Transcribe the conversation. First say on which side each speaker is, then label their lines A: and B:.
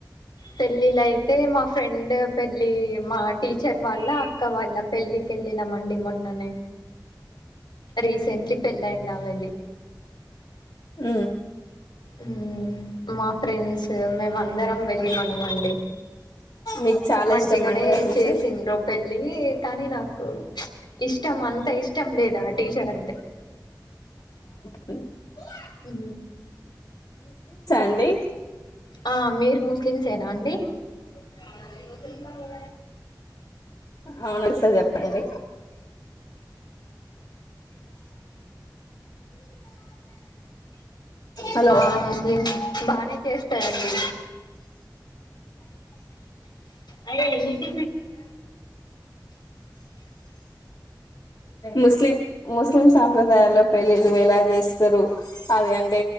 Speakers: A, on the left; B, on the left.
A: పెళ్ళిలయితే మా ఫ్రెండ్ పెళ్ళి మా టీచర్ వాళ్ళ అక్క వాళ్ళ పెళ్ళి కెళ్ళినా మండి మొన్ననే రీసెంట్లీ పెళ్ళయింది ఆమెది
B: ఊ
A: ఊ మా ఫ్రెండ్స్ మేమ అందరం వెళ్ళి మనం అండి
B: మీకు చాలా
A: మంచిగానే
B: ఇష్టం అండి ఆ టీచర్
A: చేసిండు పెళ్ళి కానీ నాకు ఇష్టం అంత ఇష్టం లేదా టీచర్ అంటే
B: అ
A: ఊ
B: అండి
A: ఆ మీర్ ముస్లిమ్సేనా అండి అవునండీ ముస్లిం <unintelligible>
B: అవున ఒకసారి చెప్పండి హలో
A: ఆ ముస్లిం బానే చేస్తారండి అ ఎన్ని <inaudible>
B: ముస్లిం ముస్లిం సాప్రదాయాల్లో పెళ్లిలు ఎలా చేస్తారు అవి అ